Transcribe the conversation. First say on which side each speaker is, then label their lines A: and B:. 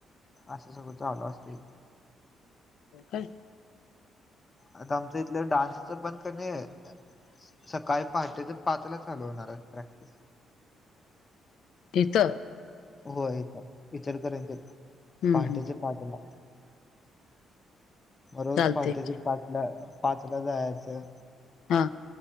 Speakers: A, on the left (about 30°); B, on the left (about 75°).
A: असं सगळं चालू असते
B: अय
A: आता आमचं इथलं डान्सचं पण क नाही सकाळी पाहाटे तर पाच ला चालू होणार आहे प्रॅक्टिस
B: येत
A: हो इ तर विचार करयचे
B: हम्म,
A: पहाटेचे
B: हम्म.
A: पाच ला रोज
B: चालतंय
A: पहाट्याचे
B: की
A: पाचला पाचला जायचं
B: हा